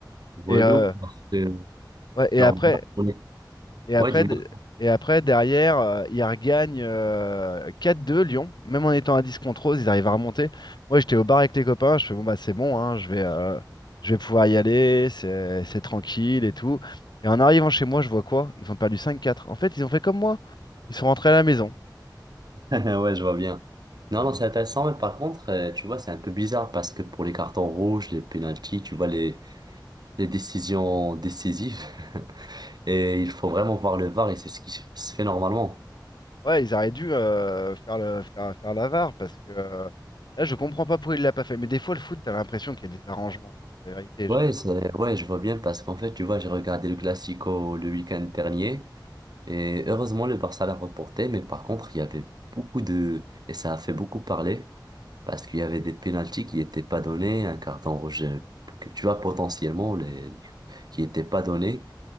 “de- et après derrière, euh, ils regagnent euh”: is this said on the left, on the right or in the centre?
Left